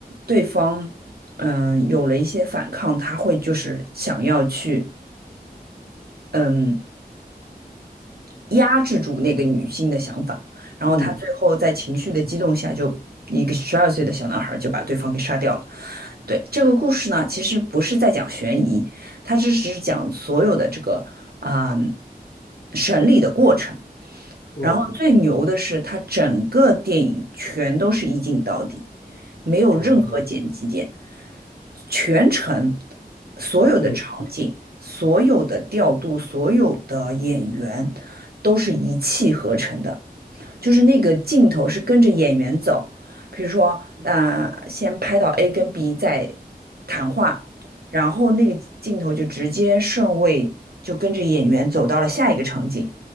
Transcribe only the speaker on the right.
对方嗯有了一些反抗，他会就是想要去嗯压制住那个女性的想法，然后他最后在情绪的激动下就，
一个十二岁的小男孩就把对方给杀掉了。对，这个故事呢，其实不是在讲悬疑，它只是讲所有的这个啊、审理的过程。
然后最牛的是，它整个电影全都是一镜到底，没有任何剪辑点。
全程所有的场景、
所有的调度、所有的演员都是一气呵成的。就是那个镜头是跟着演员走，比如说，呃，先拍到 A 跟 B 在谈话，然后那个镜头就直接顺位就跟着演员走到了下一个场景，